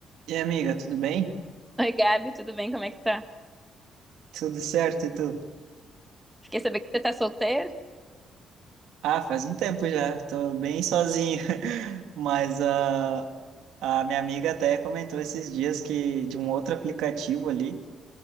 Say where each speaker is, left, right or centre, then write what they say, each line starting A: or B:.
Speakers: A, on the right; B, in the centre.
A: E aí, amiga, tudo bem?
B: Oi, Gabi, tudo bem? Como é que tá?
A: Tudo certo, e tu?
B: Fiquei sabendo que você tá solteira.
A: Ah, faz um tempo já, tô bem sozinho, <laughs> mas ah, a minha amiga até comentou esses dias que de um outro aplicativo ali,